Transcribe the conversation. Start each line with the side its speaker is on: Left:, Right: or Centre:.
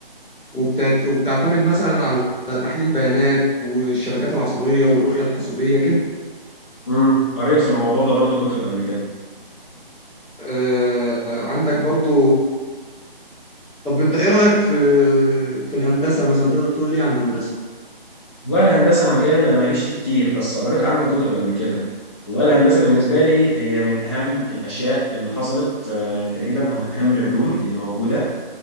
Centre: وبتعت... وبتعتمد مثلا على تحليل بيانات والشبكات العصبية والرؤية الحاسوبية كده
Left: امم قريت في الموضوع ده برضو كتب قبل كده
Centre: آه، عندك برضو طب انت ايه رأيك في في الهندسة مثلا تقدر تقول لي عن الهندسة
Left: والله الهندسه مجال انا ماليش فيه كتير بس قريت عنه كتب قبل كده والله الهندسه بالنسبه لي هي من اهم الاشياء اللي حصلت آه، تقريبا او من اهم العلوم اللي موجوده